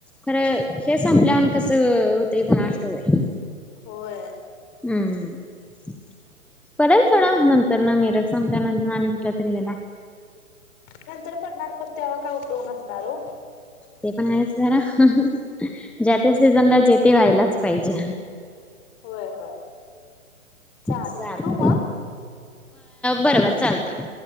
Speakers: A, in the centre; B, on the left.
A: खरं हे संपल्यावर आण कसं होतय कुणास ठव बाई.
B: होय.
A: हम्म पडल सोडा नंतर ना मिरक संपल्या नंतर आणि कुठल्या तरी हेला.
B: नंतर पडणार तर तेव्हा काय उपयोग असणार ओ.
A: ते पण हायचं खर ज्या त्या सीझनला जे ते व्हायलाच पाहिजे.
B: होय होय चालेल
A: चालतंय
B: ठेऊ म.
A: बरोबर चालतय.